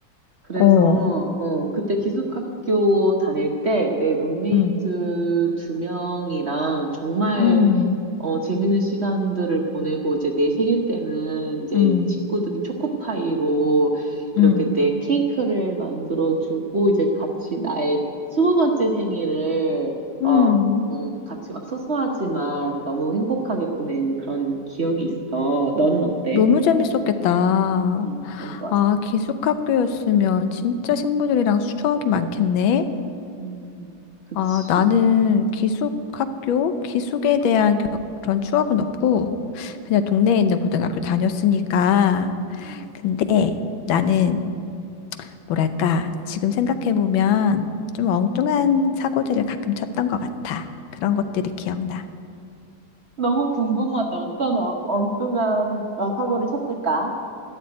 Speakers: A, on the right (about 45°); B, on the left (about 80°).
A: 그래서,
B: 어,
A: 어, 그때 기숙학교 다닐 때 내 룸메이트
B: 음,
A: 두 명이랑 정말
B: 음,
A: 어, 재밌는 시간들을 보내고, 이제 내 생일 때는 이제
B: 음,
A: 이 친구들이 초코파이로
B: 음,
A: 이렇게 내 케이크를 만들어주고, 이제 같이 나의 스무 번째 생일을,
B: 음.
A: 어, 음, 같이 막 소소하지만 너무 행복하게 보낸 그런 기억이 있어. 너는 어때?
B: 너무 재밌었겠다.
A: 음, 너무 좋았어.
B: 아, 기숙학교였으면 진짜 친구들이랑 추억이 많겠네.
A: 음, 그치.
B: 아, 나는 기숙학교, 기숙에 대한 겨- 그런 추억은 없고,
A: 음,
B: 그냥 동네에 있는 고등학교 다녔으니까.
A: 음.
B: 근데 나는, 뭐랄까, 지금 생각해보면 좀 엉뚱한 사고들을 가끔 쳤던 것 같아. 그런 것들이 기억나.
A: 너무 궁금하다. 어떤 어- 엉뚱한 어, 사고를 쳤을까?